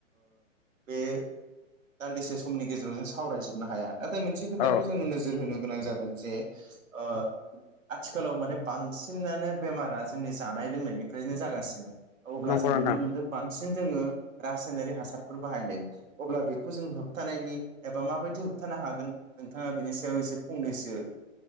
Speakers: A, on the right (about 75°); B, on the left (about 35°).
A: बे दान्दिसे समनि गेजेराव जों सावरायजोबनो हाया नाथाय मोनसे खोथाखौ
B: औ
A: जोनोर नोजोर होनो गोनां जागोन जे ओ आथिखालाव माने बांसिनानो बेमारा जोंनि जानाय लोंनायनिफ्रायनो जागासिनो। अब्ला
B: नंगौ
A: जों
B: नोंथां
A: नुनो मोन्दों बांसिन जोंङो रासायनारि हासारफोर बाहायनाय अब्ला बेखौ जों होबथानायनि एबा माबायदि होबथानो हागोन नोंथांङा बिनि सायाव एसे फंनैसो